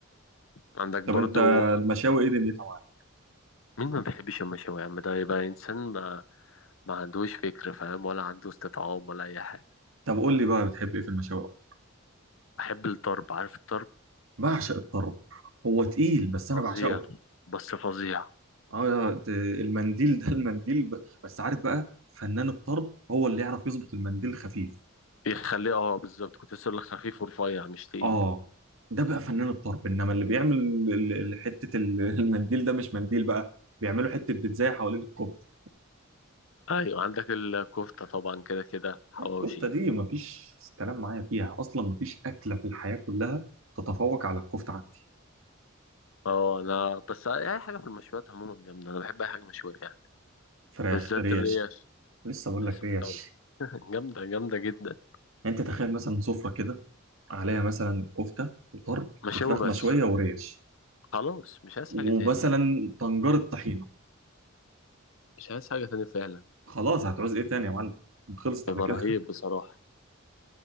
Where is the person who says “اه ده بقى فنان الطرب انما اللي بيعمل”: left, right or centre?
Right